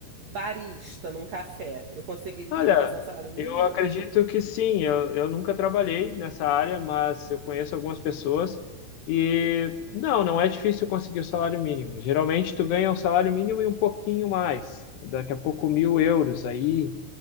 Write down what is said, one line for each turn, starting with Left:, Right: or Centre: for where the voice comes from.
Right: barista num café. Eu conseguiria
Left: Olha,
Right: fazer um salário mínimo?
Left: eu acredito que sim. Eu, eu nunca trabalhei nessa área, mas eu conheço algumas pessoas e não, não é difícil conseguir o salário mínimo. Geralmente tu ganha o salário mínimo e um pouquinho mais, daqui a pouco mil euros aí,